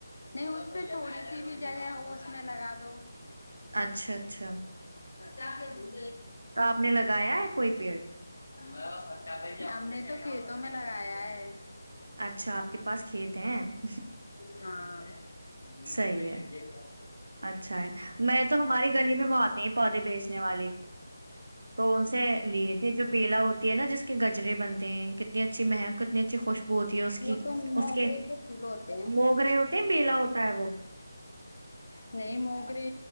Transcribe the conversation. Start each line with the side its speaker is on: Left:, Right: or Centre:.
Left: نہیں اس پہ تھوڑی سی بھی جگہ ہو اس میں لگا دو
Right: اچھا اچھا <unintelligible>
Left: پچا کے جی <unintelligible>
Right: تو آپ نے لگایا <unintelligible> کوئی پئی اور <unintelligible>
Left: میں س <unintelligible> ہم نے تو کھیتوں میں لگایا ہے <unintelligible>
Right: اچھا آپ کے پاس کھیت ہیں <unintelligible>
Left: ہاں ہ
Right: صحیح ہے اچھا ہے میں تو ہماری گلی میں وہ آتی ہیں پودے بیچنے والے تو ان سے لیے تھے جو بیلا ہوتی ہے نا جس کے گج کجرے بنتے ہیں کتنی اچھی مہک کتنی اچھی خوشبو ہوتی ہے اس کی
Left: وہ تو موگرے
Right: اس کے
Left: پھول ہوتے ہیں
Right: موگررے ہوتے ہیں بیلا ہوتا ہے وہ
Left: نہیں موگرے